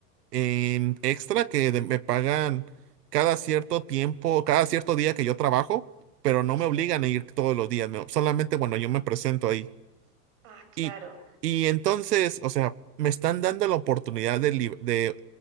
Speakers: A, on the right (about 85°); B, on the right (about 55°).
A: en extra que de- me pagan cada cierto tiempo, cada cierto día que yo trabajo, pero no
B: Sí.
A: me obligan a ir todos los días, no, solamente cuando yo me presento ahí.
B: Ah, claro.
A: Y, y entonces, o sea, me están dando la oportunidad de, lib- de